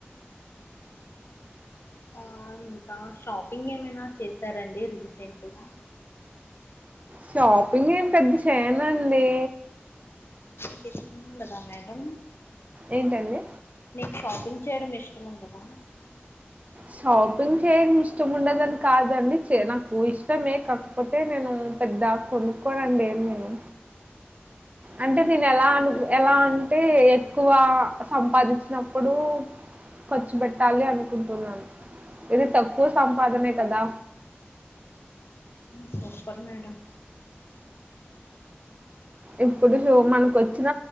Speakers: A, on the left (about 70°); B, on the right (about 35°).
A: ఆ షాపింగ్ ఏమైనా చేసారండి రీసెంట్గా
B: షాపింగ్ ఏం పెద్ద చేయనండి.
A: మీకు ఇష్టం ఉండదా మేడం
B: ఏంటండి
A: నీకు షాపింగ్ చేయడం ఇష్టం ఉండదా
B: షాపింగ్ చేయడం ఇష్టం ఉండదని కాదండి నాకు ఇష్టమే కాకపోతే తే నేను పెద్ద కొనుక్కోనండి ఏం నేను అంటే తిను ఎలా అ ఎలా అంటే ఎక్కువ సంపాదించినప్పుడు ఖర్చు పెట్టాలి అనుకుంటున్నాను ఇది తక్కువ సంపాదనే కదా
A: సూపర్ మేడం
B: ఇప్పుడు షో మనకొ చ్చిన